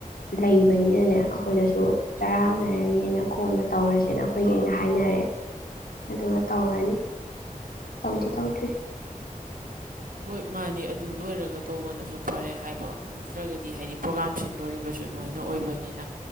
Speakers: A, on the left; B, on the right.
A: ꯂꯩꯕꯅꯤꯅꯅꯦ ꯑꯩꯈꯣꯏꯗꯁꯨ ꯆꯔꯥꯡꯅꯔꯅꯤꯅ ꯈꯣꯟꯅ ꯇꯧꯔꯁꯦꯅ ꯑꯩꯈꯣꯏꯒꯤ ꯑꯩꯅ ꯍꯥꯏꯅꯔꯦ ꯑꯗꯨꯒ ꯇꯧꯔꯅꯤ ꯇꯧꯗꯤ ꯇꯧꯗ꯭ꯔꯤ
B: ꯍꯣꯏ ꯃꯥꯅꯦ ꯑꯗꯨ ꯂꯣꯏꯔꯒ ꯇꯧꯕꯅꯁꯨ ꯐꯔꯦ ꯍꯥꯏꯕ ꯅꯠꯇ꯭ꯔꯒꯗꯤ ꯍꯥꯏꯗꯤ ꯄ꯭ꯔꯣꯒꯥꯝ ꯁꯤꯟꯗꯣꯔꯤꯕꯁꯨ ꯅꯣꯏꯅ ꯑꯣꯏꯕꯅꯤꯅ